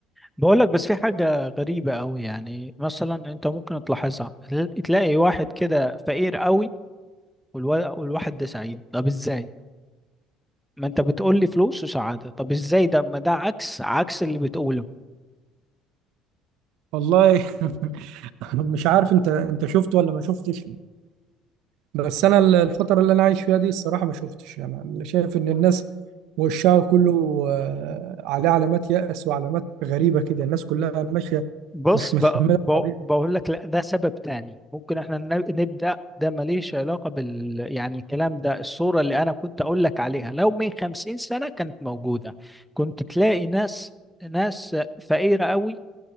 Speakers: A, in the centre; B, on the right.
A: بقول لك بس في حاجه غريبه قوي يعني مثلا انت ممكن تلاحظها تلاقي واحد كده فقير قوي والوا- والواحد ده سعيد طب ازاي ما انت بتقول لي فلوس وسعاده طب ازاي ده ما ده عكس عكس اللي بتقوله
B: والله <laughs> مش عارف انت انت شفت ولا ما شفتش بس انا ال- الفتره اللي انا عايش فيها دي الصراحه ما شفتش انا اللي شايف ان الناس وشها كله آه، عليه علامات يأس وعلامات غريبه كده الناس كلها ماشيه
A: بص
B: مش
A: ب...
B: متحمله
A: ب...
B: القضيه
A: بقول لك لا ده سبب تاني ممكن احنا ن- نبدأ ده ماليش علاقة بال يعني الكلام ده الصورة اللي انا كنت اقول لك عليها لو من خمسين سنة كانت موجودة كنت تلاقي ناس ناس فقيرة قوي